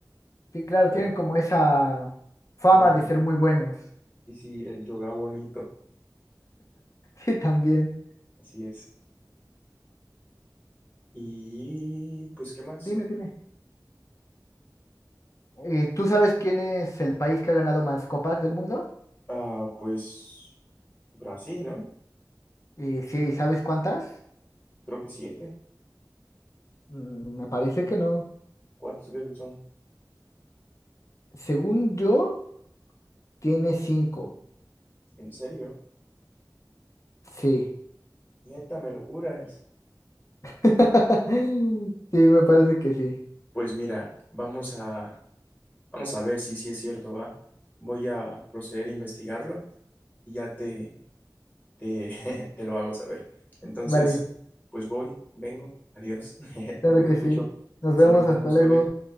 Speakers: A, on the left; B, on the left.
A: Sí, claro,
B: pero
A: tienen como esa fama
B: la magia.
A: de ser muy buenos. <laughs>
B: Sí, sí, el yoga bonito,
A: Sí, también.
B: así es. Y pues, ¿qué más?
A: Dime, dime. Eh, ¿tú sabes quién es el país que ha ganado más copas del mundo?
B: Ah, pues Brasil, ¿no?
A: Eh, sí, ¿sabes cuántas?
B: Creo que siete.
A: Mm, Me parece que no.
B: ¿Cuántos crees que son?
A: Según yo, tiene cinco.
B: ¿En serio?
A: Sí.
B: Neta, ¿me lo juras?
A: <laughs> Sí, me parece que sí.
B: Pues mira, vamos a, vamos a ver si sí es cierto, ¿va? Voy a proceder a investigarlo y ya te, te, <laughs> te lo hago saber. Entonces,
A: Vale,
B: pues voy, vengo, adiós, <laughs>
A: claro
B: te cuidas
A: que sí.
B: mucho.
A: Nos
B: Hasta
A: vemos,
B: luego, un
A: hasta
B: gusto,
A: luego.
B: ¿eh?